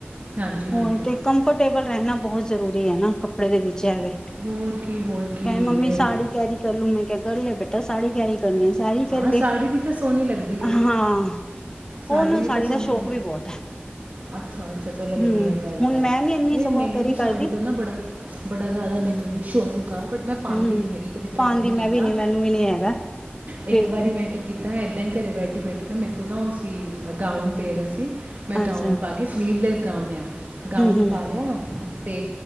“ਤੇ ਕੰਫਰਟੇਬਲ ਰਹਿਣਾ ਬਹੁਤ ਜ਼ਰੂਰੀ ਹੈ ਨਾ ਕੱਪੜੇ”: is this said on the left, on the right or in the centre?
Left